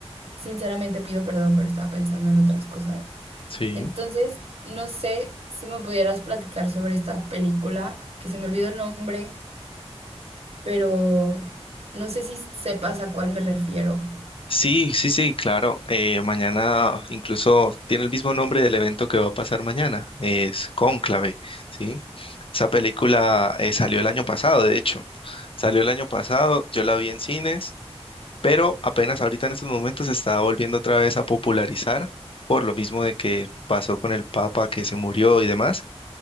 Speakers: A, on the right; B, on the left.
A: sinceramente pido perdón, pero estaba pensando en otras cosas.
B: sí.
A: Entonces, no sé si me pudieras platicar sobre esta película, que se me olvidó el nombre, pero no sé si sepas a cuál me refiero.
B: Sí, sí, sí, claro. eh, mañana incluso tiene el mismo nombre del evento que va a pasar mañana. Es Cónclave, ¿sí? Esa película eh, salió el año pasado, de hecho. Salió el año pasado, yo la vi en cines, pero apenas ahorita en estos momentos se está volviendo otra vez a popularizar por lo mismo de que pasó con el Papa que se murió y demás.